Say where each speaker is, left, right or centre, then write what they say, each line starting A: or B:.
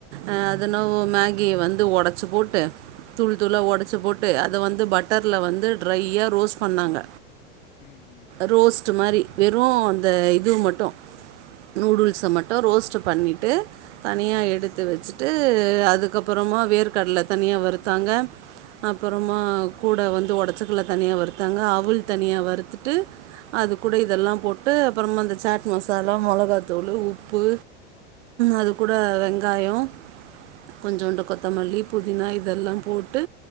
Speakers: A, on the right (about 70°); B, on the left (about 65°).
A: அ
B: ம்
A: அதின்னவோ மேகி வந்து ஒடைச்சு போட்டு தூள் துளா
B: ம்
A: ஒடைச்சு போட் ட்டு அத பட்டர்ல வந்து ட்ரைய்யா ரோஸ்ட் பண்ணாங்க
B: ம் ம்
A: ரோஸ்ட் மாரி வெறு அந்த இதுவு மட்டு நூடுல்ஸ மட்டு ரோஸ்ட் பண்ணிட்டு தனியா
B: ம்
A: எடுத்து வெச்சுட்டு அதுக்கப்பறமா வேர்க்கடல தனியா வறுத்தாங்க அப்புறமா
B: இது,
A: கூட வந்து ஒடச்சக்கல்ல தனியா வறுத்தாங்க அவுல் தனியா வறுத்துட்டு அது கூட
B: ம்
A: இதெல்லா போட்டு அப்புறமா இந்த சாட் மசாலா மெளகாத்துளு, உப்பு அது கூட வெங்காயம் கொஞ்சோண்டு கொத்தமல்லி புதினா இதெல்லா போட்டு